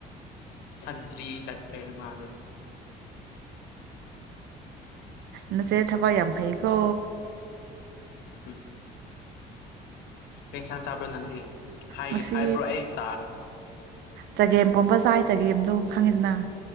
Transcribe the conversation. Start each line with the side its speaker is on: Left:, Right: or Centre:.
Left: ꯁꯇꯔꯤ ꯆꯠꯀꯩꯅ ꯃꯥ ꯑꯗꯨ
Right: ꯅꯁꯦ ꯊꯕꯛ ꯌꯥꯝ ꯐꯩꯌꯦꯀꯣ
Left: ꯎꯝ ꯄꯔꯤꯟꯁꯥꯟꯁꯕ꯭ꯔ ꯅꯟꯗꯤ ꯍꯥꯏ
Right: ꯉꯁꯤ
Left: ꯍꯥꯏꯕ꯭ꯔꯣ ꯑꯩ ꯇꯥ
Right: ꯆꯒꯦꯝ ꯄꯣꯝꯕ ꯆꯥꯏ ꯆꯒꯦꯝꯗꯨ ꯈꯪꯉꯤꯗꯅ